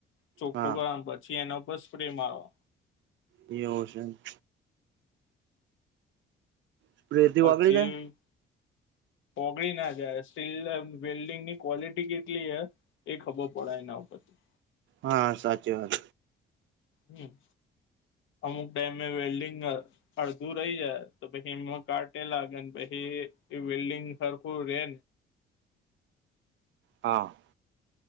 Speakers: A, on the left; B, on the right.
A: ચોખ્ખું
B: હા
A: કરવા પછી એના ઉપ સ્પ્રે મારવાનો.
B: એવું છે. સ્પ્રેથી
A: પછી.
B: ઓગળી જાય
A: પોગળી ના જાય સ્ટીલ વેલ્ડિંગ ની ક્વોલિટી કેટલી હ. એ ખબર પડાય ના ઉપરથી.
B: હા સાચી વાત.
A: હમ અમુક ડેમે વેલ્ડિંગ અડધું રહી જાય તો પછી એમાં કાટે લાગે ને પછી એ વિલ્ડિંગ ખરખું રે.
B: હા.